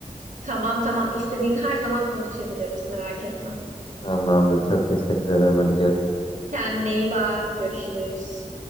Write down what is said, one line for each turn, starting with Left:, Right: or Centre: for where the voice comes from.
Right: Tamam tamam. İstediğin her zaman konuşabiliriz. Merak etme.
Left: Tamamdır. Çok teşekkür ederim. Hadi görüşürüz.
Right: Kendine iyi bak. Görüşürüz.